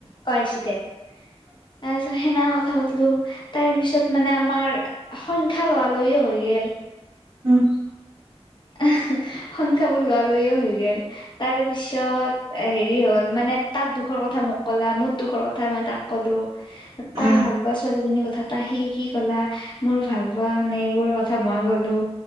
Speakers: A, on the left; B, on the right.
A: অ'আইছি দে। তাৰপিছত সেনা কথা পাতিলোঁ তাৰ পিছত মানে আমাৰ সংখ্যা লোৱা লৈয়ে হৈ গেল।
B: উম <unintelligible>
A: এহে সংখ্যাবোৰ লোৱা লৈয়ে হৈ গেল। তাৰ পিছত হেৰি হ'ল মানে তাত দুখৰ কথা মোক কলা মোৰ দুখৰ কথা মই তাক ক'লো
B: উম
A: তাৰ ভাল পোৱা ছোৱালীজনীৰ কথা তাই সি কি কলা মোৰ ভাল পোৱা মানে এইবোৰ কথা মই ক'লো।